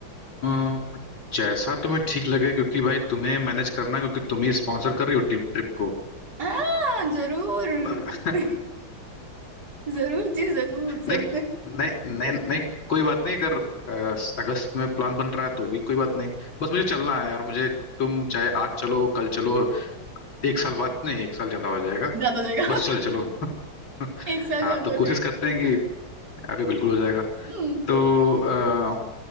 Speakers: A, on the left (about 70°); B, on the right (about 50°).
A: अ, जैसा तुम्हें ठीक लगे क्योंकि भाई तुम्हें मैनेज करना है क्योंकि तुम ही स्पॉन्सर कर रही हो ट्रिप ट्रिप को
B: आ, जरूर
A: <laughs>
B: <laughs> जरूर जी जरूर सब
A: नहीं
B: कुछ
A: नहीं नहीं नहीं कोई बात नहीं अगर अ, अगस्त में प्लान बन रहा है तो भी कोई बात नहीं बस मुझे चलना है यार मुझे तुम चाहे आज चलो कल चलो एक साल बाद नहीं एक साल ज्यादा हो जाएगा
B: ज्यादा हो जाएगा
A: बस चल
B: <laughs>
A: चलो <laughs>
B: एक साल
A: हाँ
B: ज्यादा
A: तो
B: हो
A: कोशिश
B: जाएगा
A: करते हैं कि अरे बिल्कुल हो जाएगा
B: हम्म
A: तो अ,